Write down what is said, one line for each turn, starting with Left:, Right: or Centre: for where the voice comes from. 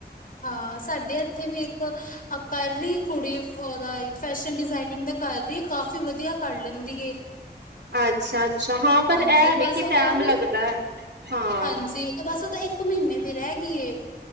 Left: ਹਾਂ ਸਾਡੇ ਇੱਥੇ ਵੀ ਇੱਕ ਅ ਕਰ ਰੀ ਕੁੜੀ ਉਹਦਾ ਈ ਫੈਸ਼ਨ ਡਿਜ਼ਾਇਨ ਇੰਗ ਦਾ ਕਰ ਰੀ ਐ ਕਾਫੀ ਵਧੀਆ ਕਰ ਲੈਂਦੀ ਏ
Right: ਅੱਛਾ-ਅੱਛਾ, ਹਾਂ ਪਰ
Left: ਹਾਂਜੀ
Right: ਏ
Left: ਬਸ
Right: ਵੀ ਕਿ
Left: ਉਹਦਾ
Right: ਟੈਮ ਲੱਗਦਾ ਹਾਂ
Left: ਹਾਂਜੀ, ਬਸ ਉਹਦਾ ਇੱਕ ਮਹੀਨੇ ਦੀ ਰਹਿ ਗੀ ਏ